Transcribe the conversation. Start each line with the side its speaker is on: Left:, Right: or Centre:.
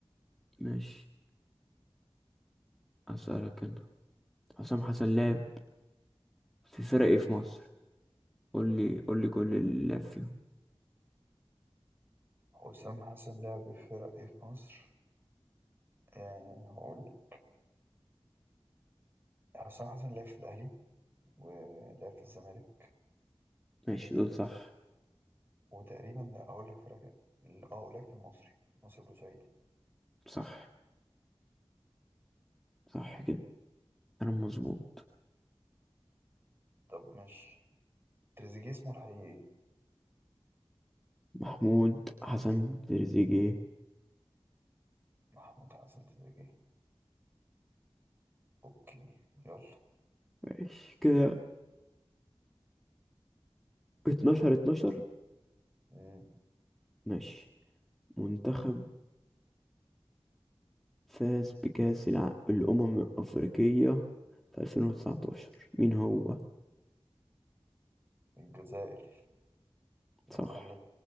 Centre: ماشي هسألك انا حسام حسن لعب في فرق ايه في مصر قول لي قول لي كل اللي لعب فيهم
Right: حسام حسن لعب في فرق إيه في مصر آه، هقول لك حسام حسن لعب في الأهلي ولعب في الزمالك
Centre: ماشي دول صح
Right: وتقريبا لا أقول لك فرق كام. اه لعب في المصري مصر بورسعيدي
Centre: صح صح كده انا مظبوط
Right: طب ماشي تريزيجيه اسمه الحقيقي إيه؟
Centre: محمود حسن تريزيجيه
Right: محمود حسن تريزيجيه أوكي يلا
Centre: ماشي كده 12 12
Right: اسأل
Centre: ماشي منتخب فاز بكأس الع... الأمم الأفريقية في 2019 مين هو
Right: الجزائر لما
Centre: صح
Right: قال لك